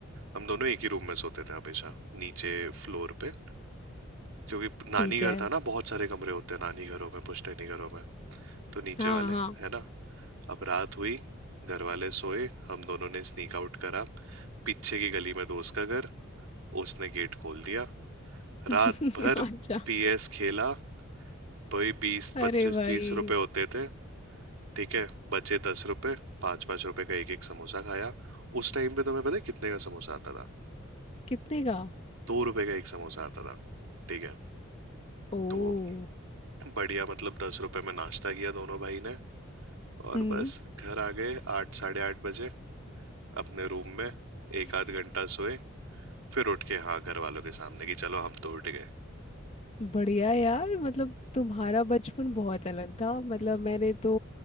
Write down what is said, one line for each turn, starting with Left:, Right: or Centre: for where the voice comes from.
Right: हम दोनों एक ही रूम में सोते थे हमेशा नीचे फ्लोर पे क्योंकि नानी
Left: ठीक है
Right: घर था ना बहुत सारे कमरे होते हैं नानी घरों में पुश्तैनी घरों में तो नीचे
Left: हाँ
Right: वाले
Left: हाँ
Right: है ना अब रात हुई घर वाले सोए हम दोनों ने स्नीक आउट करा पीछे की गली में दोस्त का घर उसने गेट खोल दिया
Left: <laughs>
Right: रात भर
Left: अच्छा
Right: पीएस खेला भाई बीस
Left: अरे
Right: पच्चीस
Left: भाई
Right: तीस रुपए होते थे ठीक है बचे दस रुपए पाँच पाँच रुपए का एक एक समोसा खाया उस टाइम पे तुम्हें पता है कितने का समोसा आता था
Left: कितने का
Right: दो रुपए का एक समोसा आता था ठीक है
Left: ओ
Right: तो बढ़िया मतलब दस रुपए में नाश्ता किया दोनों भाई ने और
Left: हम्म
Right: बस घर आ गए आठ साढ़े आठ बजे अपने रूम में
Left: <laughs>
Right: एक आध घंटा सोए फिर उठ के हाँ घर वालों के सामने कि चलो हम तो उठ गए
Left: बढ़िया यार मतलब तुम्हारा बचपन बहुत अलग था मतलब मैंने तो